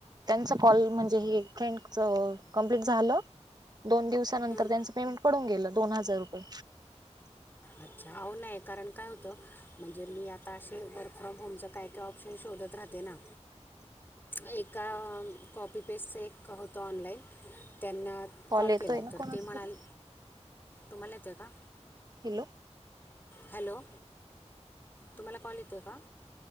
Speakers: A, on the right; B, on the left.
A: त्यांचा कॉल म्हणजे हे एक फ्रेंड कमप्लीट झालं दोन दिवसानंतर
B: हं,
A: त्यांचं पेमेंट पडून गेलं, दोन हजार रुपय
B: अच्छा आ ओ नाही कारण काय होतं? म्हणजे मी आता असे वर्क फ्रॉम होमच काय क ही शोधत राहते ना? एका कॉपीपेस्टच एक होतं ऑनलाइन त्यांना कॉल
A: येतोय
B: केला,
A: ना
B: तर
A: कोणाच
B: ते म्हणाले
A: तरी
B: तुम्हाला येतंय का?
A: हॅलो
B: हॅलो तुम्हाला कॉल येतो का